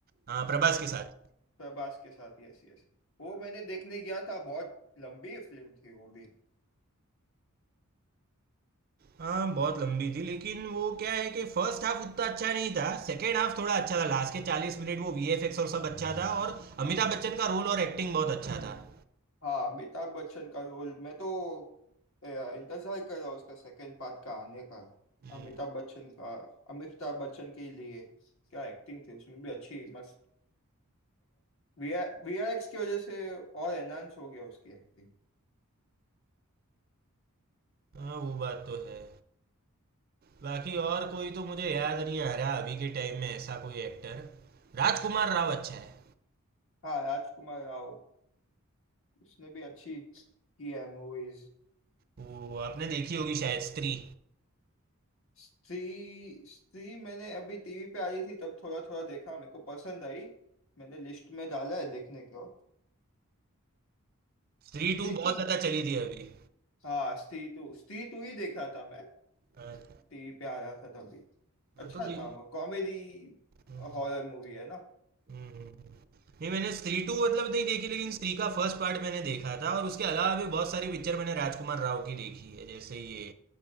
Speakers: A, on the right; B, on the left.
A: हाँ प्रभास के साथ
B: प्रभास के साथ यस यस वो मैंने देखने गया था बहुत लंबी फिल्म थी वो भी
A: हाँ बहुत लंबी थी लेकिन वो क्या है कि फर्स्ट हाफ उतना अच्छा नहीं था सेकेंड हाफ थोड़ा अच्छा था लास्ट के चालीस मिनट वो वीएफएक्स और सब अच्छा था और अमिताभ बच्चन का रोल और एक्टिंग बहुत अच्छा था
B: हाँ अमिताभ बच्चन का रोल मैं तो ए, इंतजार कर रहा हूँ उसका सेकंड पार्ट का आने का
A: हम्म,
B: अमिताभ बच्चन का अमिताभ बच्चन के लिए क्या एक्टिंग थी उसमें भी अच्छी मस्त वीआर वीआरएक्स की वजह से और एनहांस हो गया उसकी एक्टिंग
A: हाँ वो बात तो है बाकी और कोई तो मुझे याद नहीं आ रहा अभी के टाइम में ऐसा कोई एक्टर राजकुमार राव अच्छा है
B: हाँ राजकुमार राव उसने भी अच्छी की है मूवीज
A: वो आपने देखी होगी शायद स्त्री
B: स्त्री स्त्री मैंने अभी टीवी पे आ रही थी तब थोड़ा थोड़ा देखा मेरे को पसंद आई मैंने लिस्ट में डाला है देखने को
A: स्त्री
B: स्त्री
A: टू बहुत
B: की
A: ज़्यादा चली थी अभी
B: हाँ स्त्री टू स्त्री टू ही देख रहा था मैं
A: अच्छा
B: टीवी पे आ रहा था तभी अच्छा
A: हाँ तो दे-
B: था वो कॉमेडी
A: हम्म,
B: हॉरर मूवी है ना
A: हम्म, नहीं मैंने स्त्री टू मतलब नहीं देखी लेकिन स्त्री का फर्स्ट पार्ट मैंने देखा था और उसके अलावा भी बहुत सारी पिक्चर मैंने राजकुमार राव की देखी है जैसे ये